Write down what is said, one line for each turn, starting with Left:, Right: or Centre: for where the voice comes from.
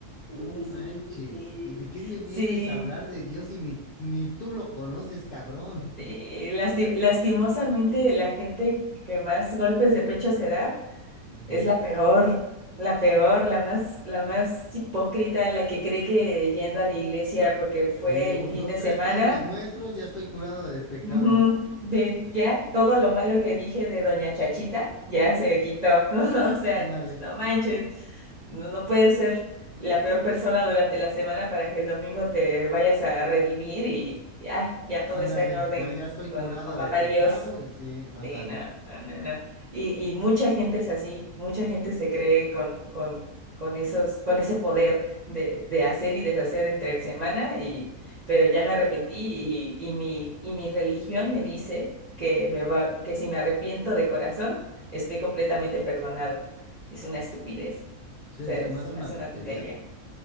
Left: No
Right: Sí, sí,
Left: manches,
Right: sí. Sí,
Left: ¿y ¿de qué me vienes
Right: Sí,
Left: a hablar de Dios si ni, ni tú lo conoces, cabrón?
Right: eh, lasti- lastimosamente la gente que más golpes de pecho se da.
Left: <laughs> Ujú.
Right: Es la peor, la peor, la más, la más hipócrita, la que cree que yendo a la iglesia porque fue
Left: Sí,
Right: el
Left: un,
Right: fin
Left: dos,
Right: de
Left: tres
Right: semana,
Left: padres nuestros, ya estoy curado de pecado,
Right: ujú,
Left: ¿no?
Right: de ya todo lo malo que dije de Doña Chachita ya se quitó. <laughs> O sea,
Left: Ándale.
Right: no manches, no, no puedes ser la peor persona durante la semana para que el domingo te vayas a redimir y, y, ay, ya todo
Left: Ándale,
Right: está en orden
Left: ya, ya estoy
Right: con,
Left: curada
Right: con Papá
Left: de pecado,
Right: Dios.
Left: y sí, ándale.
Right: Sí, no, no, no, no. Y, y mucha gente es así, mucha gente se cree con, con, con esos, con ese poder de, de hacer y deshacer entre el semana, y, pero ya me arrepentí y, y mi, y mi religión me dice que me va, que si me arrepiento de corazón, estoy completamente perdonado. Es una estupidez.
Left: Sí,
Right: O sea,
Left: se me
Right: se
Left: hace
Right: me
Left: una
Right: hace
Left: tontería.
Right: una tontería.